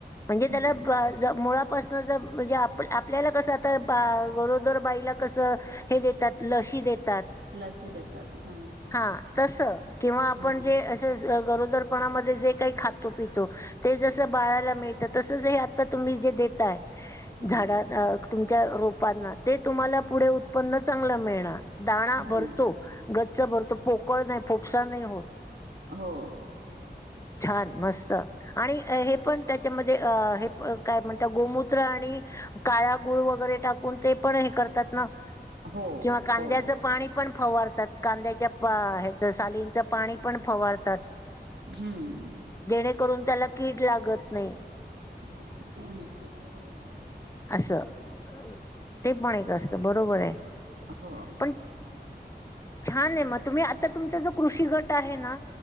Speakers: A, on the left; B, on the right.
A: म्हणजे
B: हम्म
A: त्याला मुळापासन म्हणजे आपल्याला कस आता ग जर बाईला कसं हे देतात लशी देतात.
B: लसी देतात हा
A: हा तस किंवा आपण
B: हम्म
A: जे अस गरोदरपणामध्ये जे काही खातो पितो. ते जसं बाळाला मिळतं तसच हे आता तुम्ही जे देताय
B: हा
A: झाडा तुमच्या रोपांना ते तुम्हाला पुढे उत्पन्न चांगलं मिळणार दाणा भरतो.
B: हा
A: गच्च भर तो पोकळ नाही फोफसा नाही होत.
B: हो.
A: छान मस्त. आणि हे पण त्याच्यामध्ये अ काय म्हणत गोमूत्र आणि काळा गुळ वगैरे टाकून ते पण हे करतात ना
B: हो
A: किंवा कांद्याचं
B: हो
A: पाणी पण फवारतात कांद्याच्या ह्याच सालींच पाणी पण फवारतात.
B: हम्म.
A: जेणेकरून त्याला कीड लागत नाही.
B: हंम.
A: असं ते पण एक असतं बरोबर आहे
B: हो
A: पण छान आहे मग तुम्ही आता तुमचा जो कृषी गट आहे, ना